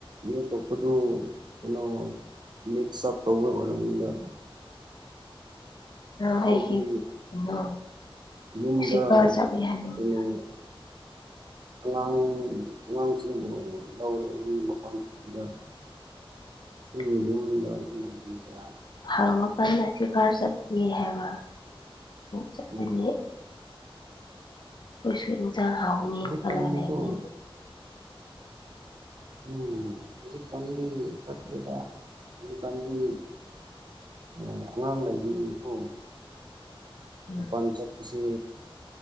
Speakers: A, on the right; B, on the left.
A: ꯃꯤ ꯑꯇꯣꯄꯗꯨ ꯀꯩꯅꯣ ꯃꯤꯛꯁ ꯑꯞ ꯇꯧꯕ ꯑꯣꯏꯔꯝꯅꯤꯗ
B: <unintelligible>
A: ꯑꯩꯗꯤ
B: ꯀꯩꯅꯣ
A: ꯌꯨꯝꯗ
B: ꯁꯤꯀꯔ ꯆꯠꯂꯤ ꯍꯥꯏꯕꯅꯤꯗ
A: ꯀꯩꯅꯣ
B: <unintelligible>
A: ꯑꯉꯥꯡ ꯑꯉꯥꯡꯁꯤꯡꯕꯨ ꯑꯣꯏꯔꯣ ꯂꯧꯔꯒ ꯑꯩꯗꯤ ꯃꯄꯥꯟ ꯊꯣꯛꯇꯦꯗ
B: <unintelligible>
A: ꯇꯨꯝ ꯌꯨꯝꯗ ꯑꯗꯨꯝ ꯂꯩꯕꯅꯤꯗ
B: ꯍ ꯃꯈꯟꯗ ꯑꯁꯤꯀꯥꯔ ꯆꯠꯄꯅꯤ ꯍꯥꯏꯕ ꯆꯠꯂꯅꯤ
A: ꯎꯝ
B: ꯑꯈꯣꯏꯁꯨ ꯏꯟꯁꯥꯡ ꯍꯥꯎꯒꯅꯤ
A: ꯍꯧꯖꯤꯛꯀꯥꯟꯗꯤꯀꯣ
B: ꯈꯜꯂꯒ ꯂꯩꯕꯅꯤ
A: ꯎꯝ ꯍꯧꯖꯤꯛꯀꯥꯟꯗꯤ ꯆꯠꯇ꯭ꯔꯦꯗ ꯍꯧꯖꯤꯛꯀꯥꯟꯗꯤ ꯑꯣ ꯑꯉꯥꯡ ꯂꯩꯕꯅꯤꯅꯀꯣ
B: ꯎꯝ
A: ꯃꯄꯥꯟ ꯆꯠꯄꯁꯤ